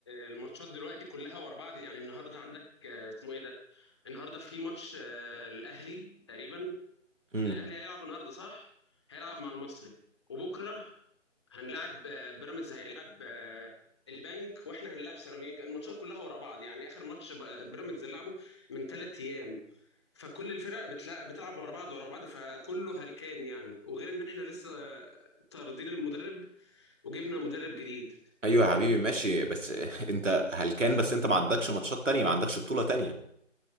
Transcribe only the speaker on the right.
امم
أيوه يا حبيبي ماشي بس <laughs> أنت هلكان بس أنت ما عندكش ماتشات تانية ما عندكش بطولة تانية